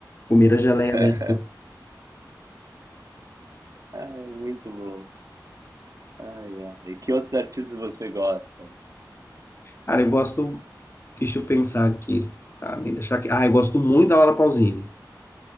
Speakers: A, on the left (about 35°); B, on the right (about 50°).
A: Comer a geleia
B: <laughs>
A: dela.
B: Ai, muito bom. Ai, ai. Que outros artistas você gosta?
A: Cara, eu gosto, deixa eu pensar aqui. Além da Shakira- Ah, eu gosto muito da Laura Pausini.